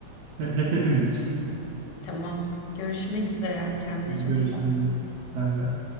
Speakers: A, on the right; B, on the left.
A: He- Hep Hepimiz için.
B: Tamam. Görüşmek üzere. Kendine
A: Görüşürüz.
B: çok iyi bak.
A: Sen de.